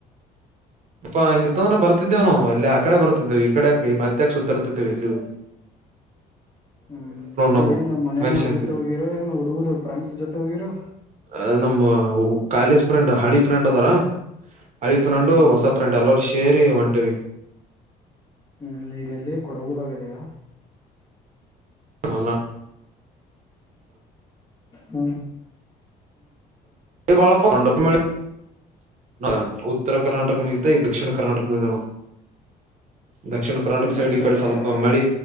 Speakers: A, on the right (about 45°); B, on the left (about 25°).
A: ಅಪ್ಪಾ ಹಂಗಿತ್ತಂದ್ರೆ ಬರ್ತಿದ್ದೇವ ನಾ ಅಲ್ಲ ಆ ಕಡೆ ಬರ್ತಿದ್ದೇವು ಈ ಕಡೆಕ ಮತ್ತಾಕ್ ಸುತ್ತಾಡ್ತಿದ್ದೇವೆ ಎಲ್ಲಿ
B: ಹ್ಮ್
A: ನಮಗ್
B: ಈಗೇಏನ್ ಮನೆಯನವ್ರ
A: ಮನುಷ್ಯ ಅಂತಿದ್
B: ಜೊತೆ ಹೋಗಿರೋ ಏನ್ ಹುಡುಗೂರು ಪ್ರೇಂಡ್ಸ ಜೊತೆ ಹೋಗಿರೋ
A: ಅ ನಮ್ಮ ಕಾಲೇಜ್ ಫ್ರಂಡ್ ಹಳಿ ಪ್ರಂಡ್ ಅದಾರ ಹಳಿ ಫ್ರೆಂಡು
B: ಹಾ
A: ಹೊಸ
B: ಹಾ ಹಾ
A: ಫ್ರೆಂಡ್ ಎಲ್ಲರೂ ಸೇರಿ ಹೊಂಟೇವಿ
B: ಹ್ಮ್ ಈಗೆಲ್ಲಿ ಕೊಡಗುದಾಗತ್ತೆ <unintelligible>
A: ಅಲ್ಲ
B: ಹೂ
A: ಬಾಳಪ <unintelligible> ಹ ಉತ್ತರ ಕರ್ನಾಟಕ ಮುಗಿತ್ತ ಈಗ ದಕ್ಷಿಣ ಕರ್ನಾಟಕ ಬಂದಿವ ನೋಡ ದಕ್ಷಿಣ ಕರ್ನಾಟಕ ಸೈಡ್
B: ದಕ್ಷಿಣ
A: ಈ ಕಡೆ
B: ಕರ್ನಾಟಕ
A: ಸ್ವಲ್ಪ ಮಳಿ